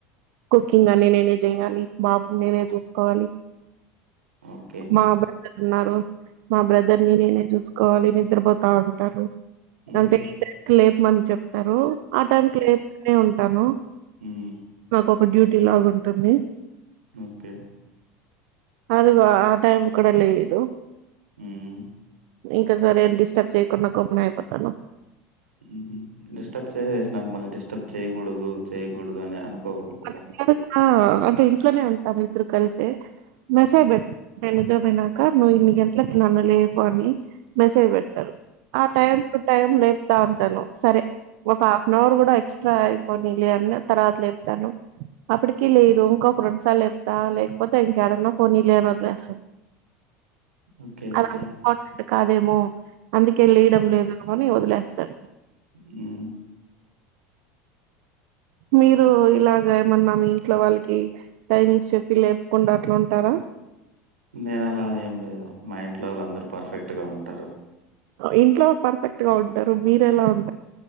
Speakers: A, on the right; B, on the right.
A: కుకింగ్ అన్ని నేనే చేయాలి బాబుని నేనే చూసుకోవాలి
B: ఓకే
A: మా బ్రదర్ ఉన్నారు మా బ్రదర్ ని నేనే చూసుకోవాలి నిద్రపోతా ఉంటారు
B: ఉహు
A: అంటే ఈ టైం కి లేపు మంది చెప్తారు ఆ టైంకి లేస్తూనే ఉంటాను
B: ఉమ్
A: నాకో డ్యూటీ లాగా ఉంటుంది
B: ఓకే
A: అదిగో ఆ టైం కూడా లేయడు
B: హ్మ్
A: ఇంకా సరే డిస్టర్బ్ చేయకుండా గమ్మున అయిపోతాను
B: హ్మ్ హు డిస్టర్బ్ చేసేసిన మళ్ళీ డిస్టర్బ్ చేయకూడదు చేయకూడదు అని అనుకోకూడదు కదా
A: అట్ల నా అ ఇంట్లోనే ఉంటాము ఇద్దరు కలిసి మెసేజ్
B: మ్మ్.
A: పెట్టు నేను నిద్ర పోయినాక నువ్వు ఇన్ని గంటలకి నన్ను లేపు అని మెసేజ్ పెడతారు ఆ టైం టు టైం లేపుతా ఉంటాను సరే ఒక హాఫ్ అన్ అవర్ కూడా ఎక్స్ట్రా అయిపోనీ లేన్న తర్వాత లే చెప్తాను అప్పటికిీ లేరు ఇంకొక రెండుసార్ చెప్తా లేకపోతే ఇంకా ఎడన్నా ఫోనీ లే అని వదిలేస్తాను
B: ఓకే ఓకే
A: అది అంత ఇంపార్టెంట్ కాదేమో అందుకే లేయడం లేదు మని వదిలేస్తారు
B: హ్మ్
A: మీరు ఇలాగ ఏమన్నా మీ ఇంట్లో వాళ్ళకి టైమింగ్స్ చెప్పి లేపకుండా అట్లా ఉంటారా
B: నేను అలా ఏం లేదు మా ఇంట్లో వాళ్ళందరు పర్ఫెక్ట్ గా ఉంటారు
A: ఇంట్లో పర్ఫెక్ట్ గా ఉంటారు మీరు ఎలా ఉం